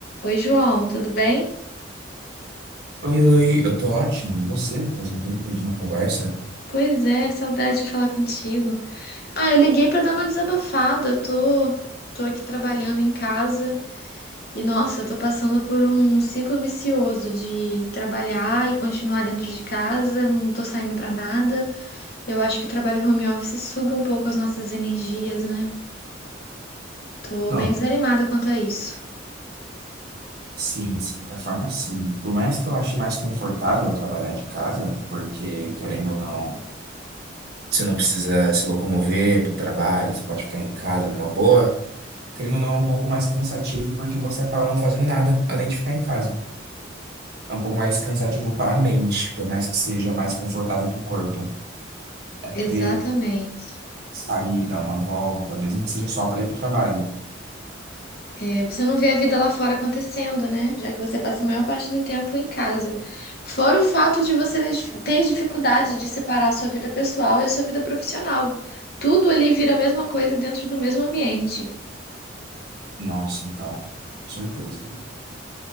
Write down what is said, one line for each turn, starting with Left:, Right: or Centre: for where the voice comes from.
Left: Oi, João, tudo bem?
Right: Oi, oi, eu tô ótimo. E você? Faz um tempo que a gente não conversa?
Left: Pois é, saudade de falar contigo. Ah, eu liguei pra dar uma desabafada. Tô, tô aqui trabalhando em casa e, nossa, eu tô passando por um ciclo vicioso de trabalhar e continuar dentro de casa, não tô saindo pra nada. Eu acho que o trabalho home office suga um pouco as nossas energias, né? Tô
Right: Não,
Left: bem desanimada quanto a isso.
Right: sim, de certa forma, sim. Por mais que eu ache mais confortável trabalhar de casa, porque, querendo ou não, você não precisa se locomover pro trabalho, você pode ficar em casa numa boa. Querendo ou não, é um pouco mais cansativo, porque você acaba não fazendo nada além de ficar em casa. É um pouco mais cansativo para a mente, por mais que seja mais confortável para o corpo. É porque
Left: Exatamente.
Right: sair, dar uma volta, mesmo que seja só para ir para o trabalho.
Left: É, você não vê a vida lá fora acontecendo, né? Já que você passa a maior parte do tempo em casa. Fora o fato de você des- ter dificuldade de separar a sua vida pessoal e a sua vida profissional. Tudo ali vira a mesma coisa dentro do mesmo ambiente.
Right: Nossa, então, com certeza.